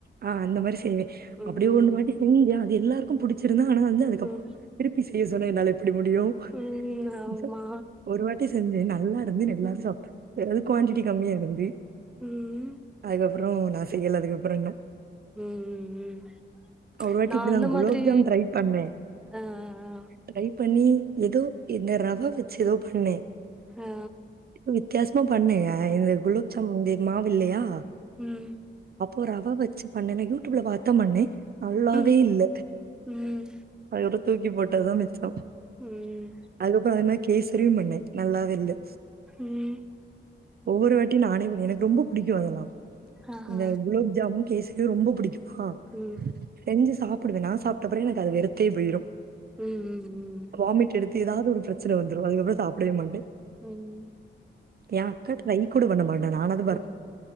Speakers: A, on the right (about 50°); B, in the centre.
A: ஆ அந்த மாரி செய்வேன்
B: ம்
A: அப்டியே ஒண்ணு மாட்டி செஞ்சேன் அது எல்லாருக்கு புடிச்சிருந்தா ஆனா வந்து அதுக்கப்பறோ
B: ம்
A: திருப்பி செய்ய சொன்ன என்னால எப்டி முடியு
B: ம் ஆமா
A: திஸா ஒரு வாட்டி செஞ்சேன் நல்லா இருந்து எல்லாரு
B: ம்
A: சாப்டாங்க பெறவு குவான்டிட்டி
B: ம்
A: கம்மியா இருந்து
B: ம்
A: அதுக்கப்பறோ நா செய்யல அதுக்கப்பறோ இன்னு
B: ம் ம் ம்
A: ஒரு வாட்டி
B: நா
A: இப்படிதான்
B: அந்த
A: குலோப்
B: மாதிரி
A: ஜாம் ட்ரை பண்ணேன்.
B: அ அ அ
A: ட்ரை பண்ணி எதோ இந்த ரவ வச்சு எதோ பண்ணே
B: ஆ
A: தூங்கித் வித்தியாசமா பண்ணேங்க இந்த குலாப் ஜாமுன் இந்த மாவு இல்லையா
B: உம்
A: அப்போ ரவ வச்சு பண்ணணே யூடியூப்ல பாத்த பண்ணே நல்லாவே
B: ம்
A: இல்ல
B: ம்
A: அதோட தூக்கி போட்டது தா மிச்சோ
B: ம்
A: அதுக்கப்பறோ நா கேசரியு பண்ணே நல்லாவே இல்ல
B: உம்
A: ஒவ்வொரு வாட்டியு நானே பண்ணே எனக்கு ரொம்ப பிடிக்கு அதெல்லா
B: ஆஹா
A: இந்த குலாப்ஜாமு கேச ரியு ரொம்ப பிடிக்குமா
B: ம்
A: செஞ்சு சாப்புடுவே நா சாப்ட்டப்பிறகு எனக்கது வெறு த்தேபோயிரு
B: ம் ம்
A: வாமிட் எடுத்து எதாவது ஒரு பிரச்சன வந்துரு அதுக்கப்றோ சாப்டவே மாட்டே
B: ம்
A: எ அக்கா ட்ரை கூட பண்ண மாட்டா நானாத்
B: ம்